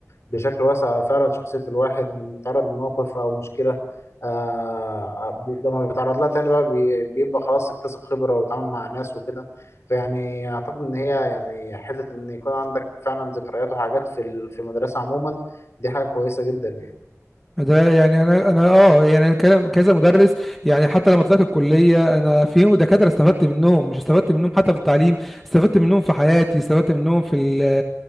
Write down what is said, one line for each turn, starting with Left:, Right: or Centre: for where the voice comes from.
Left: بشكل واسع فعلا شخصية الواحد لما بيتعرض لموقف أو مشكلة آه آه، بي- لما بيتعرض لها تاني بقى بي- بيبقى خلاص اكتسب خبرة وتعامل مع ناس وكده فيعني أعتقد إن هي يعني حتة إن يكون عندك فعلا ذكريات وحاجات في ال- في المدرسة عموما دي حاجة كويسة جدا يعني
Centre: ده يعني انا انا اه يعني انا كلا- كذا مدرس يعني حتى لما طلعت الكليه انا في دكاتره استفدت منهم مش استفدت منهم حتى في التعليم استفدت منهم في حياتي استفدت منهم في ال